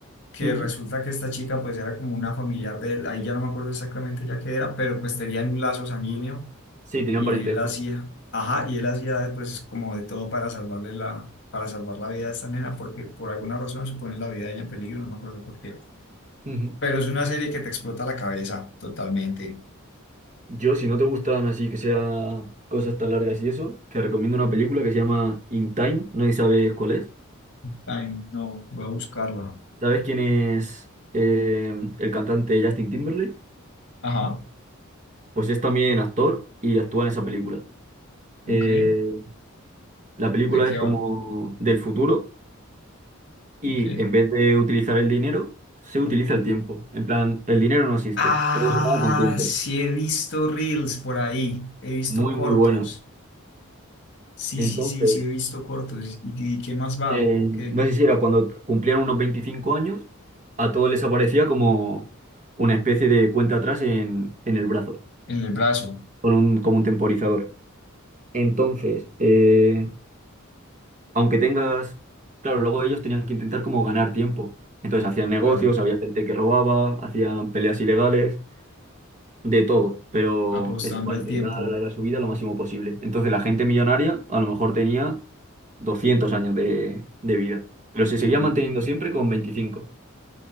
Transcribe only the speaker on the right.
Ujú.
Sí, tenían
parentesco.
Ujú.
Yo, si no te gustan así que sea cosas tan largas y eso, te recomiendo una película que se llama In Time, no sé si sabes cuál es.
¿Sabes quién es eh, el cantante Justin Timberlake?
Pues es también actor y actúa en esa película. Eh,
la película
es como
del futuro y
en vez de utilizar el dinero, se utiliza el tiempo. En plan, el dinero no existe,
todo se paga con tiempo.
Muy,
muy buena.
Entonces,
eh,
no sé si era cuando cumplían unos 25 años, a todos les aparecía como una especie de cuenta atrás en, en el brazo,
con un, como un temporizador. Entonces, eh, aunque tengas, claro, luego ellos tenían que intentar como ganar tiempo. Entonces hacían negocios,
había gente que robaba, hacían peleas ilegales, de todo, pero
eso, para
intentar
alargar su vida lo máximo posible. Entonces la gente millonaria a lo mejor tenía 200 años de, de vida, pero se seguía
manteniendo siempre con veinticinco